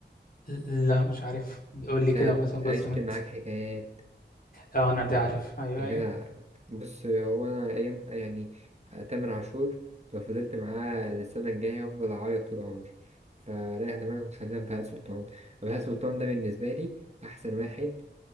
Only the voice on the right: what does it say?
بتاعت
عشت
معاك حكايات
يا
كده بص هو انا ايام يعني تامر عاشور لو فضلت معاه السنه الجايه هفضل اعيط طول عمري فريح دماغك وخلينا في بهاء سلطان بهاء سلطان ده بالنسبه لي احسن واحد